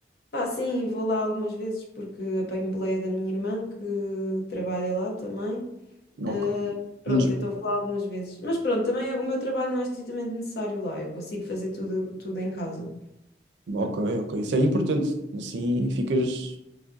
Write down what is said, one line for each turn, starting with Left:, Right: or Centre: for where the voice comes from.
Left: pá, sim, vou lá algumas vezes porque apanho boleia da minha irmã que trabalha lá também.
Right: Ok,
Left: Ah, pronto,
Right: menos...
Left: então vou lá algumas vezes. Mas pronto, também o meu trabalho não é estritamente necessário lá, eu consigo fazer tudo, tudo em casa.
Right: Ok, ok, isso é importante. Assim ficas,